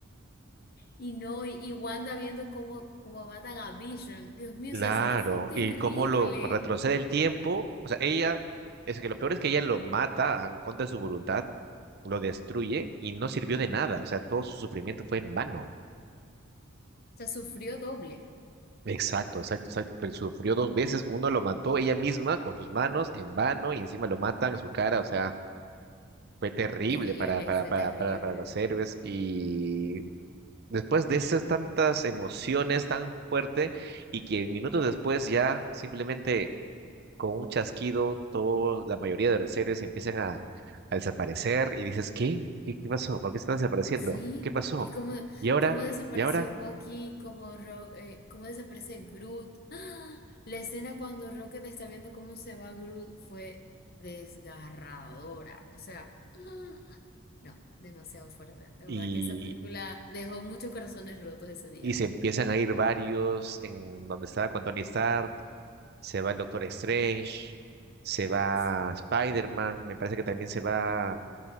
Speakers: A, on the left; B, on the right.
A: Y no, y, y Wanda viendo cómo, cómo matan a Vision. Dios mío,
B: claro,
A: esa escena fue terrible.
B: y cómo lo retrocede el tiempo, o sea, ella, es que lo peor es que ella lo mata en contra de su voluntad, lo destruye y no sirvió de nada, o sea, todo su sufrimiento fue en vano.
A: O sea, sufrió doble.
B: Exacto, exacto, exacto. fue- Sufrió dos veces, uno lo mató ella misma con sus manos en vano y encima lo matan en su cara, o sea, fue terrible
A: Terrible,
B: para, para,
A: fue
B: para,
A: terrible.
B: para, para los héroes y después de esas tantas emociones tan fuerte y que minutos después ya simplemente con un chasquido todos, la mayoría de los héroes empiezan a, a desaparecer y dices, ¿qué? ¿Qué, qué pasó? ¿Por qué están desapareciendo?
A: Sí,
B: ¿Qué pasó?
A: y cómo,
B: ¿Y ahora?
A: cómo desapareció
B: ¿Y ahora?
A: Bucky, cómo, Ro- eh, cómo desaparece Groot. ¡Ah! La escena cuando Rocket está viendo cómo se va Groot fue desgarradora. O sea, ¡ah! no, demasiado fuerte. De
B: Y,
A: verdad que esa película dejó muchos corazones rotos ese día.
B: y se empiezan a ir varios en donde estaba con Tony Stark, se va el Doctor Strange, se va
A: Sí.
B: Spider-Man, me parece que también se va